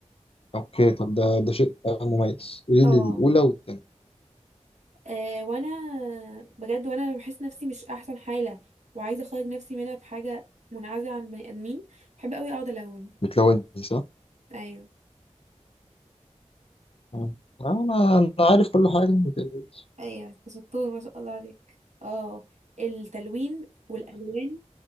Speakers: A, on the left; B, on the right.
A: اوكي طب ده ده شيء مميز قولي
B: اه
A: لي الاولى والثانيه
B: آه وانا بجد وانا بحس نفسي مش احسن حالة وعايزة اخرج نفسي منها في حاجة منعزلة عن بني ادمين بحب قوي اقعد الون
A: بتلوني صح؟
B: ايوه
A: مم. اه انا انا عارف كل حاجه ما تقلقيش.
B: ايوه أنت شطور ما شاء الله عليك اه التلوين والالوان